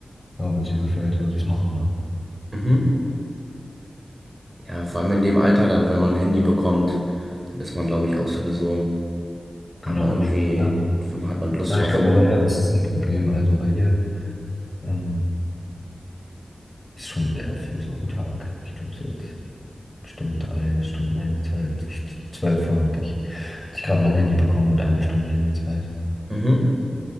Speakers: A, on the left; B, on the right.
A: ja, wenn es ihr gefällt, soll sie es machen, ne?
B: Mhm. Ja, vor allem in dem Alter, dann, wenn man ein Handy bekommt, dann ist man, glaube ich, auch sowieso,
A: Genau.
B: hat man irgendwie,
A: Ja,
B: hat man Lust
A: ja
B: drauf
A: ich glaube
B: und
A: aber eher, das ist ein Problem. Also bei ihr ähm, ist schon sehr viel so am Tag. Ich glaube, sie hat bestimmt drei Stunden Handyzeit. Als ich zwölf war, hatte ich, hatte ich gerade mein Handy bekommen und eine Stunde Handyzeit.
B: mhm,